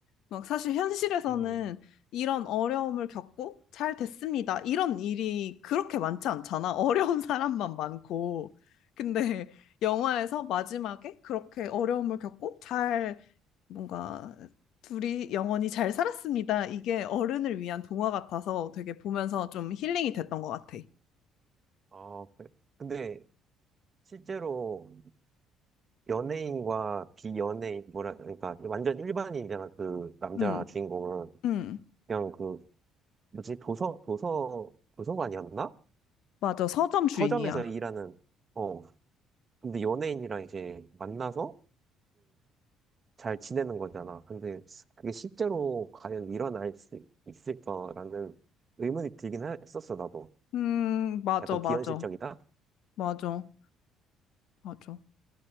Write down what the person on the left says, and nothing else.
막 사실 현실에서는
이런 어려움을 겪고 잘 됐습니다. 이런 일이 그렇게 많지 않잖아. <laughs> 어려운 사람만 많고. 근데 영화에서 마지막에 그렇게 어려움을 겪고 잘 뭔가 둘이 영원히 잘 살았습니다. 이게 어른을 위한 동화 같아서 되게 보면서 좀 힐링이 됐던 것 같아.
응,
응.
맞아. 서점 주인이야.
음, 맞아,
맞아.
맞아, 맞아.